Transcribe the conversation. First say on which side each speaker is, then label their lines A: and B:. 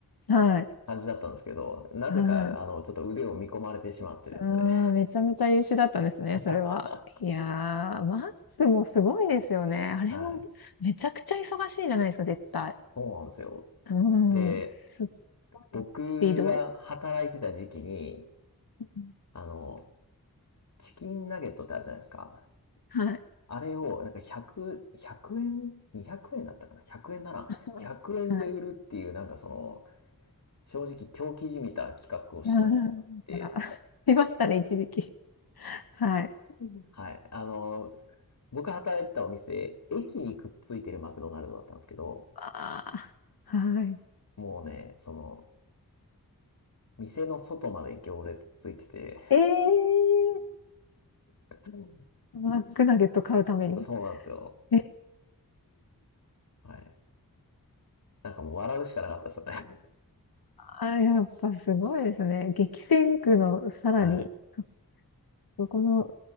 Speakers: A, on the left (about 80°); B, on the left (about 55°).
A: はい。
B: 感じだったんですけど、なぜか、
A: はい。
B: あの、ちょっと腕を見込まれてしまってですね。
A: ああ、めちゃめちゃ優秀だったんですね、それは。
B: <laughs>
A: いやー、マックスもすごいですよね。あれもめちゃくちゃ忙しいじゃないですか、
B: はい。
A: 絶対。
B: そうなんですよ。
A: う
B: で、
A: ん。すっごいスピード。
B: 僕が働いてた時期に、
A: うん
B: あの、チキンナゲットってあるじゃないですか。
A: はい。
B: あれを、なんか100、100円、200円だったかな ?100 円なら、
A: はい。
B: 100円で売るっていう、
A: はい。
B: なんかその、正直狂気じみた企画をしたところがあって、
A: うん。あ、<laughs> いましたね、一時期。はい。
B: うんはい。あの、僕働いてたお店、駅にくっついてるマクドナルドだったんですけど、
A: ああ、はい。
B: もうね、その、店の外まで行列ついてて、
A: ええ
B: うん
A: ー、マックナゲット買うために。
B: そうなんですよ。
A: えー
B: はい。なんかもう笑うしかなかったですよね。
A: あ、やっぱすごいですね。激戦区のさらに、
B: はい。
A: そ、この、